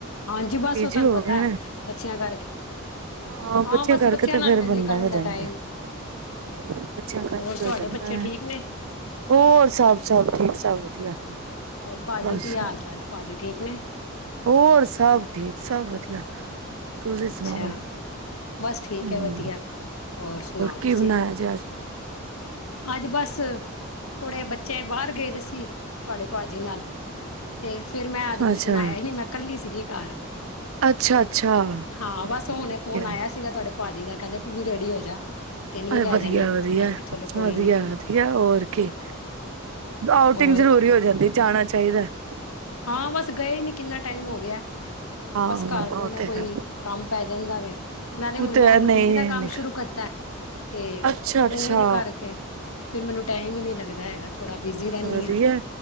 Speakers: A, on the left; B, on the right.
A: ਹਾਂਜੀ, ਬਸ
B: ਬਿਜੀ
A: ਉਹ ਤੁਹਾਨੂੰ
B: ਹੋ
A: ਪਤਾ
B: ਗਏ ਨੇ।
A: ਹੈ ਬੱਚਿਆਂ ਕਰਕੇ
B: ਹਾਂ ਬੱਚਿਆਂ
A: ਬਸ
B: ਕਰਕੇ ਤੇ
A: ਨਾਲ
B: ਫੇਰ ਬੰਦਾ
A: ਨਿਕਲ
B: ਹੋ ਜਾਂਦਾ,
A: ਟਾਈਮ
B: ਬੱਚਿਆਂ ਕਰਕੇ
A: ਹੋਰ ਤੁਹਾਡੇ
B: ਹੋ ਜਾਂਦਾ
A: ਬੱਚੇ ਠੀਕ
B: ਹੈ
A: ਨੇ?
B: ਹੋਰ ਸਭ ਸਭ ਠੀਕ ਸਭ ਵਧੀਆ,
A: ਹੋਰ ਭਾਜੀ
B: ਬਸ
A: ਕੀ ਹਾਲ ਚਾਲ ਹੈ ਭਾਜੀ, ਠੀਕ ਨੇ,
B: ਹੋਰ ਸਭ ਠੀਕ ਸਭ ਵਧੀਆ, ਤੁਸੀਂ ਸੁਣਾਓ
A: ਅੱਛਾ ਬਸ ਠੀਕ
B: ਹਮ
A: ਹੈ ਵਧੀਆ, ਹੋਰ ਸੁਣਾਓ
B: ਕੀ
A: ਤੁਸੀਂ?
B: ਬਣਾਇਆ ਜੇ ਅੱਜ
A: ਅੱਜ ਬਸ, ਥੋੜੇ ਬੱਚੇ ਬਾਹਰ, ਗਏ ਸੀ ਤੁਹਾਡੇ ਭਾਜੀ ਨਾਲ ਤੇ ਫੇਿਰ ਮੈਂ ਅੱਜ ਕੁਛ
B: ਅੱਛਾ
A: ਬਣਾਇਆ ਹੀ ਮੈਂ ਇਕੀ ਸੀਗੀ ਘ
B: ਅੱਛਾ ਅੱਛਾ
A: ਹਾਂ ਬਸ ਹੁਣੇ
B: ਵਧੀਆ
A: ਫੋਨ ਆਇਆ ਸੀਗਾ ਤੁਹਾਡੇ ਭਾਜੀ ਦਾ ਕਹਿੰਦੇ ਤੂੰ ਵੀ ਰੈਡੀ ਹੋ ਜਾ ਤੈਨੂੰ ਵੀ
B: ਅ
A: ਲੈ
B: ਵਧੀਆ
A: ਜਾਂਨਾ ਕਿਤੇ
B: ਵਧੀਆ
A: ਮੈਂ ਕਿਹਾ ਚਲੋ ਕੋਈ
B: ਵਧੀਆ
A: ਨੀ
B: ਵਧੀਆ ਹੋਰ ਕੀ ਆਊਟਿੰਗ
A: ਹੋਰ
B: ਜ਼ਰੂਰੀ ਹੋ ਜਾਂਦੀ ਜਾਣਾ ਚਾਹੀਦਾ ਤੇ
A: ਹਾਂ ਬਸ ਗਏ ਨੀ ਕਿੰਨਾ ਟਾਈਮ ਹੋ ਗਿਆ
B: ਹਾਂ
A: ਬਸ
B: ਉਹ
A: ਘਰ ਕੋਈ ਨਾ
B: ਤੇ
A: ਕੋਈ
B: ਹੈ
A: ਕੰਮ ਪੈ ਜਾਂਦਾ ਵ ਨਾਲੇ
B: ਉਹ
A: ਹੁਣ
B: ਤੇ
A: ਮੈਂ
B: ਹੈ
A: ਬੁਟੀਕ
B: ਨਹੀਂ
A: ਦਾ ਕੰਮ
B: ਨਿ
A: ਸ਼ੁਰੂ ਕੀਤਾ ਤੇ ਉਹ
B: ਅੱਛਾ ਅੱਛਾ
A: ਉਹਦੇ ਕਰਕੇ ਫਿਰ ਮੈਨੂੰ ਟਾਈਮ ਹੀ ਨੀ ਲੱਗਦਾ ਹੈਗਾ ਥੋੜਾ ਬਿਜ਼ੀ ਰਹਿੰਦੀ
B: ਵਧੀਆ
A: ਹਾਂ